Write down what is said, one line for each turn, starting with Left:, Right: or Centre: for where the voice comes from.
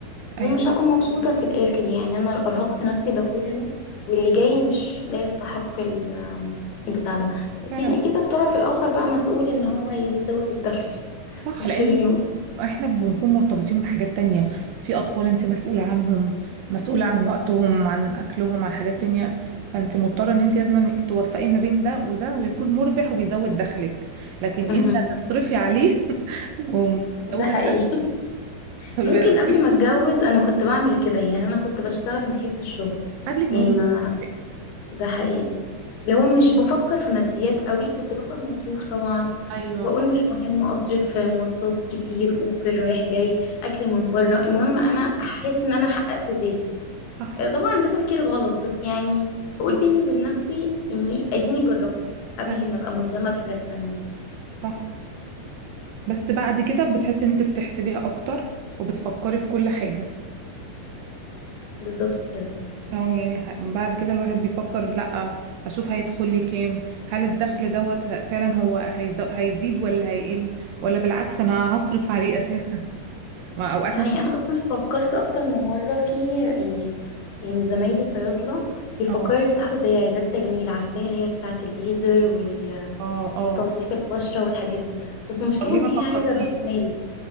Left: ومش
Right: ايوه
Left: هبقى مبسوطة في الاخر يعني انا ارهقت نفسي ده كله واللي جاي مش لا يستحق ال- البتاع ده بس
Right: فعلا
Left: يعني اكيد الطرف الاخر بقى مسؤول ان هو يزود الدخل
Right: صح
Left: مش
Right: لان
Left: ال... <laughs>
Right: احنا بنكون مرتبطين بحاجات تانية في اطفال انت مسؤولة عنهم مسؤولة عن وقتهم عن اكلهم عن حاجات تانية فانت مضطرة ان انت لازم توفقي ما بين ده وده ويكون مربح وبيزود دخلك لكن انت
Left: مهم.
Right: هتصرفي عليه <laughs> ومش هتزودي
Left: ده حقيقي
Right: الدخل يبقى
Left: ممكن
Right: لازمتك.
Left: قبل ما اتجوز انا كنت بعمل كده يعني انا كنت بشتغل من حيث الشغل
Right: قبل الجواز
Left: يعني
Right: مش
Left: ما
Right: هتفرق.
Left: ده حقيقي اللي هو مش بفكر في ماديات قوي كنت باخد مصروف طبعا
Right: ايوه
Left: وبقول مش مهم اصرف في مواصلات كتير اوبر رايح جاي اكل من بره المهم انا احس ان انا حققت ذاتي
Right: صح
Left: آه، طبعا ده تفكير غلط بس يعني بقول
Right: مم.
Left: بيني وبين نفسي اني اديني جربت قبل
Right: أيوة،
Left: ما ابقى ملزمة بحاجات تانية
Right: صح بس بعد كده بتحسي ان انت بتحسبيها اكتر وبتفكري في كل حاجة
Left: بالظبط كده
Right: اه يعني ح- بعد كده الواحد بيفكر لا اشوف هيدخل لي كام هل الدخل دوت ه- فعلا هو هيز- هيزيد ولا هيقل ولا بالعكس انا هصرف عليه اساسا <laughs> ما اوقات
Left: ده حقيقي
Right: مثلا
Left: انا اصلا فكرت اكتر من مره في يعني يعني زمايلي صيادله بيفكروا
Right: اه
Left: يفتحوا زي عيادات تجميل عارفاها اللي هي بتاعه الليزر وال...
Right: اه اه
Left: وتنظيف البشره والحاجات دي بس المشكله
Right: طب ليه
Left: ان
Right: ما
Left: هي
Right: فكرتيش
Left: عايزه راس مال